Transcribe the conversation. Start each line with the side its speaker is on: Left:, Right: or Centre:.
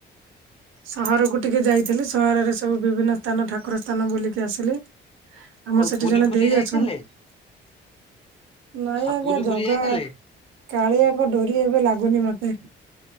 Right: ସହରକୁ ଟିକେ ଯାଇଥିଲି ସହରରେ ସବୁ ବିଭିନ୍ନ ସ୍ଥାନ ଠାକୁର ସ୍ଥାନ ବୁଲିକି ଆସିଲି। ଆମର
Left: ଆଉ
Right: ସେଠି
Left: ପୁରୀ
Right: ଜଣେ
Left: ଫୁରୀ
Right: ଦେଇ
Left: ଯାଇଥିଲେ
Right: ଅଛନ୍। ନାଇଁ
Left: ଆଉ
Right: ଆଜ୍ଞା
Left: ପୁରୀ ଫୁରୀ
Right: ଜଗା
Left: ଯାଇଥିଲେ?
Right: କାଳିଆଙ୍କ ଡୋରି ଏବେ ଲାଗୁନି ମତେ।